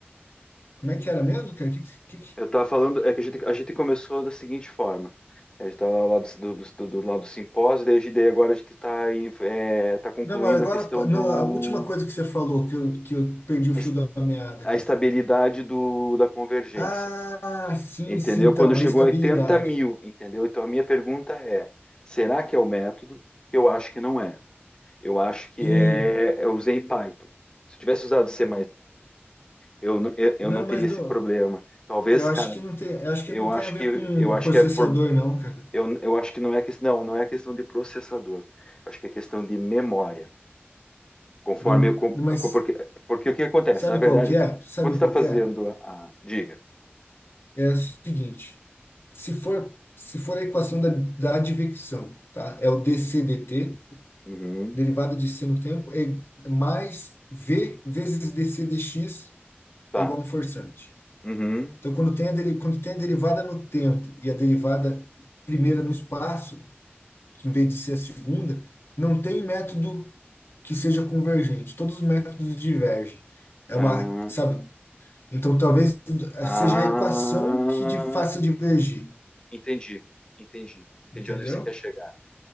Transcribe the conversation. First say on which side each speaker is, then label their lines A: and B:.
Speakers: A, on the left; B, on the left.
A: como é que era mesmo, cara? Que, que, que-
B: eu tava falando, é que a gente, a gente começou da seguinte forma. A gente tava lá lá do, do, do, do lado do simpósio, daí, a gente- daí agora a gente está tá concluindo
A: não, mas agora,
B: a questão do
A: não, a última coisa que você falou, que eu, que eu perdi o
B: a
A: fio
B: es-
A: da meada aqui.
B: a estabilidade do, da convergência,
A: Ah, sim,
B: entendeu?
A: sim, então,
B: Quando chegou
A: a estabilidade.
B: a oitenta mil, entendeu? Então a minha pergunta é, será que é o método? Eu acho que não é. Eu acho que
A: Sim,
B: é, eu usei Python. Se eu tivesse usado C++, eu, não- eu, eu
A: não,
B: não teria
A: mas
B: esse
A: não,
B: problema. Talvez,
A: eu acho
B: cara,
A: que não tem, eu acho que
B: Eu
A: não tem
B: acho
A: a ver
B: que
A: com
B: eu acho
A: processador,
B: que é pro-
A: não, cara.
B: eu, eu acho que não é questão não, não é questão de processador. Eu acho que é questão de memória. Conforme
A: Não,
B: eu, com-
A: mas
B: com- porque, porque o que acontece?
A: sabe
B: Na verdade,
A: qual que é? Sabe
B: quando você
A: qual
B: está fazendo
A: que é?
B: a, a- diga.
A: é o seguinte, se for, se for a equação da, da advecção, tá? É o dCdt,
B: Uhum,
A: derivada de c no tempo, é mais v vezes dc dx
B: tá.
A: é igual a um forçante.
B: Uhum,
A: Então, quando tem a, deri- quando tem a derivada no tempo e a derivada primeira no espaço, que em vez de ser a segunda, não tem método que seja convergente. Todos os métodos divergem. É
B: ah,
A: uma, sabe? Então, talvez
B: ah,
A: seja a equação que de- faça divergir,
B: entendi, entendi, entendi
A: entendeu?
B: onde você quer chegar.